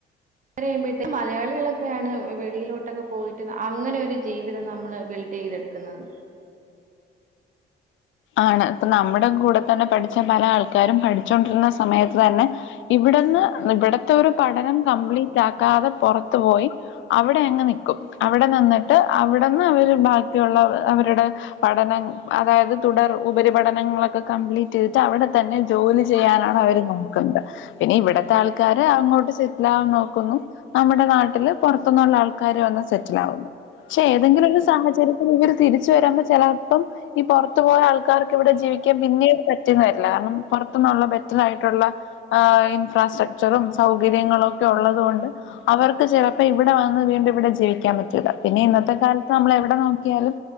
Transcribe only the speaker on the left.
ആണ് ഇപ്പ നമ്മുടെ കൂടെ തന്നെ പഠിച്ച പല ആൾക്കാരും പഠിചോണ്ടിരുന്ന സമയത്ത് തന്നെ ഇവിടുന്ന് ഇവിടത്തെ ഒരു പഠനം കംപ്ലീറ്റ് ആക്കാതെ പുറത്തു പോയി അവിടെ അങ്ങ് നിക്കും അവിടെ നിന്നിട്ട് അവിടെന്ന് അവര് ബാക്കിയുള്ള അവരുടെ പഠനം അതായത് തുടർ ഉപരിപഠനങ്ങളൊക്കെ കംപ്ലീറ്റ് ചെയ്തിട്ട് അവിടെ തന്നെ ജോലി ചെയ്യാനാണ് അവര് നോക്കുന്നത് പിന്നെ ഇവിടത്തെ ആൾക്കാര് അങ്ങോട്ട് സെറ്റില ആകൻ നോക്കുന്നു നമ്മുടെ നാട്ടില് പുറത്തുന്നുള്ള ആൾക്കാര് വന്ന് സെറ്റില ആകുന്നു പക്ഷെ ഏതെങ്കിലും ഒരു സാഹചര്യത്തിൽ ഇവർ തിരിച്ചു വരാമ്പോ ചിലപ്പം ഈ പുറ ത്തു പോയ ആൾക്കാർക്ക് ഇവടെ ജീവിക്കാൻ പിന്നീട് പറ്റീന്ന് വരില്ല. കാരണം പുറത്തുന്നുള്ള ബെറ്റർ ആയിട്ടുള്ള ആഹ് ഇൻഫ്രാസ്ട്രക്ചറും സൗകര്യങ്ങളും ഒക്കെ ഉള്ളത് കൊണ്ട് അവർക്ക് ചെലപ്പം ഇവിടെ വന്ന് വീണ്ടും ഇവിടെ ജീവിക്കാൻ പറ്റൂല്ല. പിന്നെ ഇന്നത്തെ കാലത്ത് നമ്മള് എവിടെ നോക്കിയാലും